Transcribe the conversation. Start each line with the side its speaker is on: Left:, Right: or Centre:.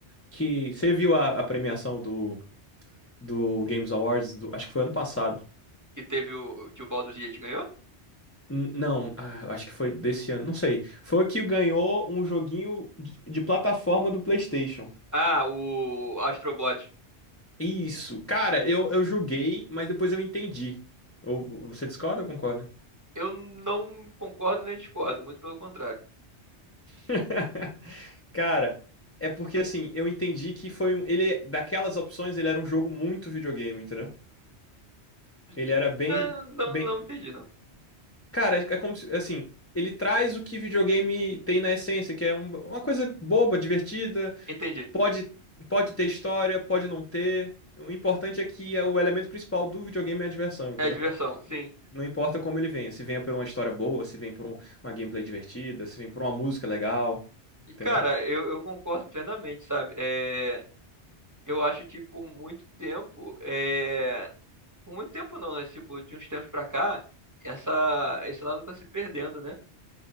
Left: Que você viu a, a premiação do, do Games Awards, do- acho que foi ano passado.
Right: Que teve o que o Baldur's Gate ganhou?
Left: N- Não, ah, eu acho que foi desse ano, não sei. Foi o que ganhou um joguinho de, de plataforma do PlayStation.
Right: Ah, o Astrobot.
Left: Isso, cara, eu, eu julguei, mas depois eu entendi. Ou você discorda ou concorda?
Right: Eu não concordo nem discordo, muito pelo contrário.
Left: <laughs> Cara, é porque assim, eu entendi que foi um. Ele, daquelas opções, ele era um jogo muito videogame, entendeu?
Right: Assim,
Left: Ele era bem,
Right: né, Não,
Left: bem.
Right: não entendi, não.
Left: Cara, é como se, assim, ele traz o que videogame tem na essência, que é um- uma coisa boba, divertida,
Right: Entendi.
Left: Pode, pode ter história, pode não ter. O importante é que é o elemento principal do videogame é a diversão, entendeu?
Right: É diversão, sim.
Left: Não importa como ele venha, se venha por uma história boa, se vem por um- uma gameplay divertida, se vem por uma música legal,
Right: E, cara,
Left: entendeu?
Right: eu, eu concordo plenamente, sabe? É, eu acho que por muito tempo, é, por muito tempo não, né? Tipo, de uns tempos pra cá, essa, esse lado tá se perdendo, né?